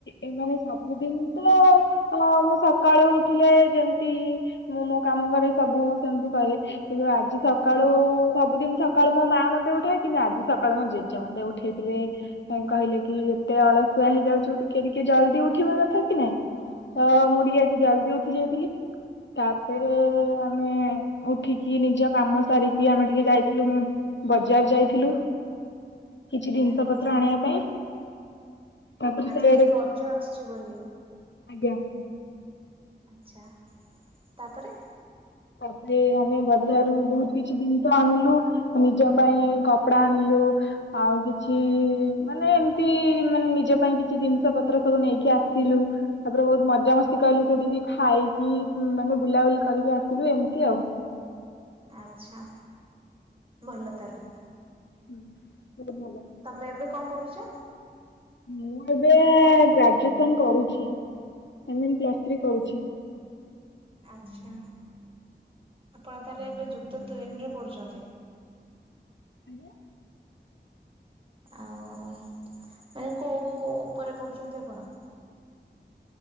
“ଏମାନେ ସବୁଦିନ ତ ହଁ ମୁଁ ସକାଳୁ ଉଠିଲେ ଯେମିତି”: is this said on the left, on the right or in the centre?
Left